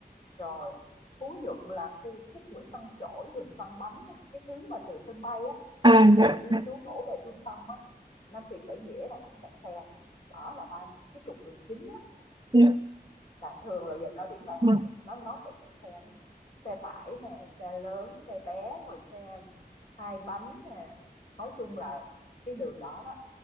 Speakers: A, on the left; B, on the right.
A: Rồi Phú Nhuận là khu khúc Nguyễn Văn Trỗi, Huỳnh Văn Bánh nè, cái hướng mà từ sân bay á
B: à dạ
A: đi
B: dạ
A: xuống đổ về trung tâm á, Nam Kỳ Khởi Nghĩa là cũng kẹt xe nè. Đó là ba cái trục đường chính
B: dạ
A: là thường là giờ cao điểm là họ
B: dạ.
A: sẽ nó nó sẽ kẹt xe nó xe tải nè xe lớn xe bé rồi xe hai bánh nè nói chung là cái đường đó đó